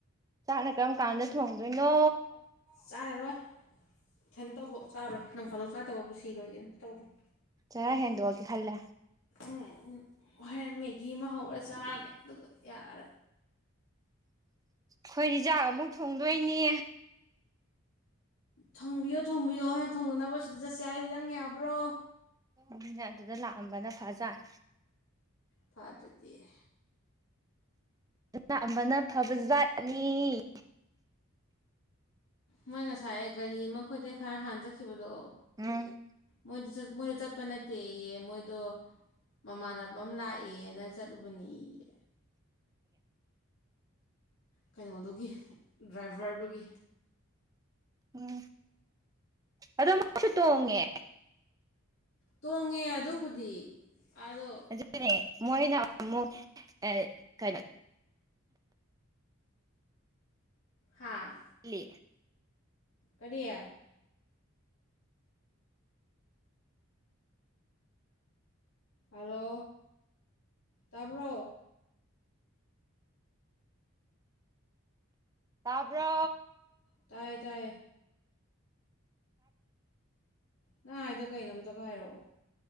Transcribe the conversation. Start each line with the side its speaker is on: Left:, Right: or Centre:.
Right: ꯆꯥꯛꯅ ꯀꯔꯝ ꯀꯥꯟꯗ ꯊꯣꯡꯗꯣꯏꯅꯣ
Left: ꯆꯥꯔꯔꯣꯏ ꯏꯊꯟꯇꯕꯨ ꯆꯥꯔꯣꯏ ꯅꯪ ꯐꯥꯗꯣꯛ ꯆꯥꯗꯕꯕꯨ ꯁꯤꯔꯣꯏꯒꯦ ꯑꯝꯇ ꯇꯧꯔꯣꯏ
Right: ꯆꯔꯥ ꯍꯦꯟꯗꯣꯛ ꯑꯒꯦ ꯈꯜꯂꯦ
Left: ꯎꯝ ꯎ ꯍꯣꯔꯦꯟ ꯃꯦꯒꯤ ꯑꯃ ꯍꯧꯔ ꯆꯥꯔꯒꯦ ꯑꯗꯨꯒ ꯌꯥꯔꯦ
Right: ꯈꯣꯢꯗꯤ ꯆꯥꯛ ꯑꯃꯨꯛ ꯊꯣꯡꯗꯣꯏꯅꯤ
Left: ꯊꯣꯡꯕꯤꯌꯣ ꯊꯣꯡꯕꯤꯌꯣ ꯑꯩꯅ ꯊꯣꯡꯅꯅꯕ ꯁꯤꯗ ꯆꯠꯁꯦ ꯍꯥꯏꯗꯤ ꯅꯪ ꯌꯥꯕ꯭ꯔꯣ
Right: ꯑꯗꯨꯅꯦ ꯑꯗꯨꯗ ꯂꯥꯛꯑꯝꯕꯅ ꯐꯥ ꯆꯥꯛ
Left: ꯄꯥꯗ꯭ꯔꯗꯤ ꯑꯦ
Right: ꯑꯗꯨꯅ ꯑꯃꯅ ꯐꯕꯖꯥꯠꯅꯤ
Left: ꯃꯣꯏ ꯉꯁꯥꯏ ꯒꯥꯔꯤ ꯑꯃ ꯑꯩꯈꯣꯏꯗꯩ ꯈꯔ ꯍꯥꯟꯅ ꯆꯠꯈꯤꯕꯗꯣ
Right: ꯎꯝ
Left: ꯃꯣꯏꯗꯣ ꯃꯣꯏꯗꯣ ꯆꯠꯄ ꯅꯠꯇꯦꯑꯦ ꯃꯣꯏꯗꯣ ꯃꯃꯥꯟꯅꯕ ꯑꯃ ꯂꯥꯛꯑꯦꯅ ꯆꯠꯂꯨꯕꯅꯦ ꯑꯦ ꯀꯩꯅꯣꯗꯨꯒꯤ ꯗ꯭ꯔꯥꯏꯚꯔꯗꯨꯒꯤ
Right: ꯎꯝ ꯑꯗꯣ ꯃꯁꯨ ꯇꯣꯡꯉꯦ
Left: ꯇꯣꯡꯉꯦ ꯑꯗꯨꯕꯨꯗꯤ ꯑꯗꯣ
Right: ꯑꯗꯨꯅꯦ ꯃꯣꯏꯅ ꯑꯃꯨꯛ ꯑꯦ ꯀꯩꯅꯣ
Left: ꯍꯥꯥ
Right: ꯏꯜꯂꯤ
Left: ꯀꯔꯤꯌꯥ ꯍꯂꯣ ꯇꯥꯕ꯭ꯔꯣ
Right: ꯇꯥꯕ꯭ꯔꯣ
Left: ꯇꯥꯏꯌꯦ ꯇꯥꯏꯌꯦ ꯅꯪ ꯍꯥꯏꯗꯣ ꯀꯩꯅꯣ ꯑꯝꯇꯒ ꯍꯥꯏꯔꯛꯑꯣ